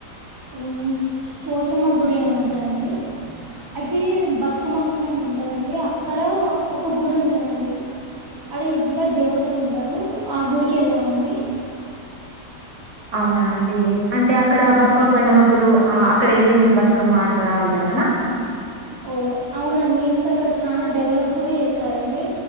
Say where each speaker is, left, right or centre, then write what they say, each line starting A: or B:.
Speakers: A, on the right (about 30°); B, on the right (about 50°).
A: హ్మ్ పోచమ్మ గుడి అని ఉంటదండి. అయితే బతుకమ్మకుంట అని ఉంటదండి. అక్కడ ఒక గుడి ఉంటదండి అడ ఇద్దరు దేవతలు ఉంటారు. ఆ గుడికి వెళ్ళామండి.
B: అవునా అండి అంటే అక్కడ బతుకమ్మ పండుగప్పుడు అక్కడ వెళ్ళి మీరు బతుకమ్మ ఆడతారు ఆ విధంగన
A: ఓహ్! అవునండి. ఇంకా అక్కడ చాలా డెవలప్ కూడా చేశారండి.